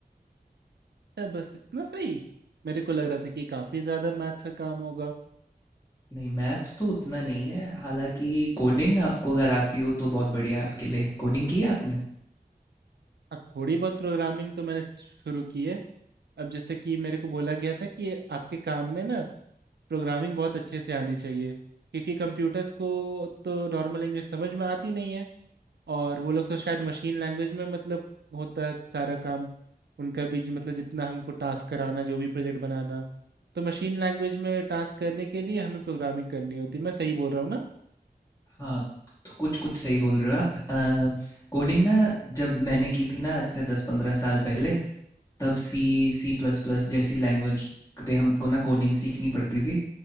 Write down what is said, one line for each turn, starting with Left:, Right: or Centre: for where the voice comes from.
Right: क्या बस इतना सही मेरे को लग रहा था कि काफ़ी ज़्यादा मैथ्स का काम होगा
Left: नहीं मैथ्स तो उतना नहीं है हालांकि कोडिंग आपको अगर आती हो तो बहुत बढ़िया है आपके लिए कोडिंग की है आपने
Right: अब थोड़ी बहुत प्रोग्रामिंग तो मैंने शुरू की है अब जैसे कि मेरे को बोला गया था कि ये आपके काम में ना प्रोग्रामिंग बहुत अच्छे से आनी चाहिए क्योंकि कंप्यूटर्स को तो नॉर्मल इंग्लिश समझ में आती नहीं है और वो लोग तो शायद मशीन लैंग्वेज में मतलब होता है सारा काम उनका भी जो- मतलब जितना हमको टास्क कराना जो भी प्रोजेक्ट बनाना तो मशीन लैंग्वेज में टास्क करने के लिए हमें प्रोग्रामिंग करनी होती है मैं सही बोल रहा हूँ ना
Left: हाँ तो कुछ कुछ सही बोल रहे हो आप कोडिंग ना जब मैंने की थी ना आज से दस पंद्रह साल पहले तब सी, सी प्लस प्लस जैसी लैंग्वेज पे हमको ना कोडिंग सीखनी पड़ती थी